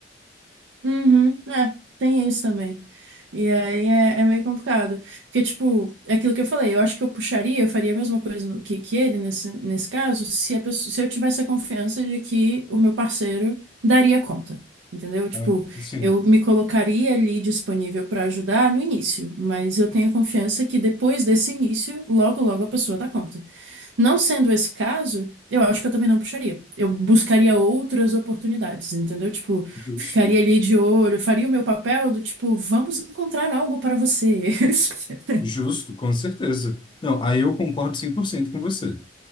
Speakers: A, on the right (about 80°); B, on the left (about 25°).
A: Uhum, é, tem isso também. E aí é, é meio complicado. Porque, tipo, é aquilo que eu falei, eu acho que eu puxaria, eu faria a mesma coisa no- que, que ele nesse, nesse caso, se, a pessoa- se eu tivesse a confiança de que o meu parceiro daria conta. Entendeu? Tipo,
B: Ah, Sim,
A: eu me colocaria ali disponível para ajudar no início, mas eu tenho a confiança que depois desse início, logo, logo a pessoa dá conta. Não sendo esse caso, eu acho que eu também não puxaria. Eu buscaria outras oportunidades, entendeu? Tipo,
B: justo.
A: ficaria ali de olho, faria o meu papel do tipo, vamos encontrar algo para você. <laughs>
B: Justo, com certeza. Não, aí eu concordo 100% com você.